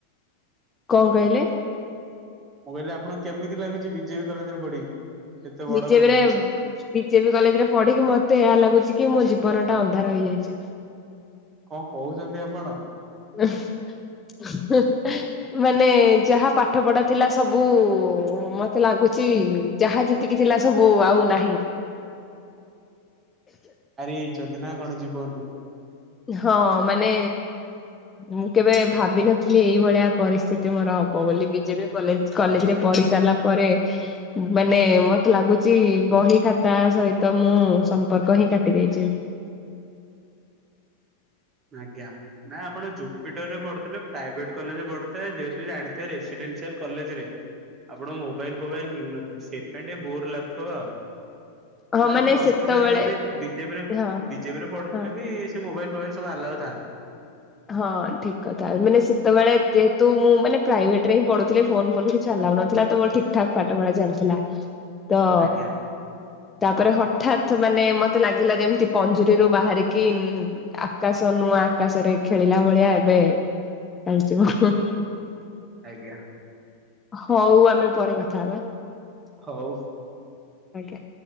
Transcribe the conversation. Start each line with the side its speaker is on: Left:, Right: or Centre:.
Left: କଁ କହିଲେ?
Right: ମୁଁ କହିଲି ଆପଣଙ୍କୁ କେମିତି ଲାଗୁଛି ବିଜେବି କଲେଜରେ ପଢିକି? ଏତେ ବଡ
Left: ବିଜେବି
Right: କଲେଜ?
Left: ରେ ବିଜେବି କଲେଜ ରେ ପଢିକି ମତେ ଏହା ଲାଗୁଛି କି ମୋ ଜୀବନ ଟା ଅନ୍ଧାର ହେଇଯାଇଛି।
Right: କଁ କହୁଛନ୍ତି ଆପଣ?
Left: ହିଁ ହିଁ ମାନେ ଯାହା ପାଠ ପଢା ଥିଲା ସବୁ ମତେ ଲାଗୁଚି ଯାହା ଜେ ତିକି ଥିଲା ସବୁ ଆଉ ନାହିଁ।
Right: ହାରି ଯାଇଛନ୍ତି ନା କଣ ଜୀବନରୁୁ?
Left: ହଁ ମାନେ ମୁଁ କେବେ ଭାବିିନଥିଲି ଏଇଭଳିଆ ପରିସ୍ଥିତି ମୋର ହବ ବୋଲି ବିଜେବି କଲେଜ କଲେଜ
Right: ମାରିଦେ।
Left: ରେ ପଢି ସାରିଲା ପରେ ମାନେ ମତେ ଲାଗୁଚି ବହି ଖାତା ସହିତ ମୁଁ ସମ୍ପର୍କ ହିଁ କାଟି ଦେଇଛି।
Right: ଆଜ୍ଞା। ନାଇଁ ଆପଣ ଜୁପିଟର ରେ ପଢ଼ୁଥିଲେ ପ୍ରାଇଭେଟ କଲେଜରେ ପଢ଼ିଥାଏ ଯେହେତୁ ଜାଣିଥାଏ ରେସିଡେନ୍ସିଆଲ କଲେଜ ରେ
Left: <inaudible>
Right: ଆପଣ ମୋବାଇଲି ଫୋବାଇଲ ମିଳି ନଥି ସେଇଥି ପାଇ ଟିକେ ବୋର ଲାଗୁଥିବ ଆଉ
Left: ହଁ
Right: ନା
Left: ମାନେ
Right: କଣ ପ୍ଲସ
Left: ସେତେବେଳେ
Right: ଟୁ <unintelligible> ବିଜେପିରେ
Left: ହଁ
Right: ବିଜେ ଯେବେ ରି ପଢୁଥିଲେ
Left: ହଁ
Right: ବି ସେ ମୋବାଇଲ ଫୋବାଇଲି ସବୁ ଆଲାଉ ଥାନ୍ତି
Left: ହଁ ଠିକ କଥା ମାନେ ସେତେବେଳେ ଯେହେତୁ ମୁଁ ମାନେ ପ୍ରାଇଭେଟ ରେ ହିଁ ପଢୁଥିଲି ଫୋନ ଫୋନ କିଛି ଆଲାଉନ ଥିଲା ତ ମୋର ଠିକ ଠାକ ପାଠ ପଢା ଚାଲିଥିଲା ତ
Right: ଆଜ୍ଞା
Left: ତାପରେ ହଠାତ୍ ମାନେ ମତେ ଲାଗିଲା ଯେମିତି ପଞ୍ଜୁରୀରୁ ବାହାରିକି ଉମୁ ଆକାଶ ନୂଆ ଆକାଶରେ ଖେଳିଲା ଭଳିଆ ଏବେ ଚାଲିଯିବ ହଁ ହଁ
Right: ଆଜ୍ଞା
Left: ହଉ ଆମେ ପରେ କଥା ହବା
Right: ହଉ
Left: ଆଜ୍ଞା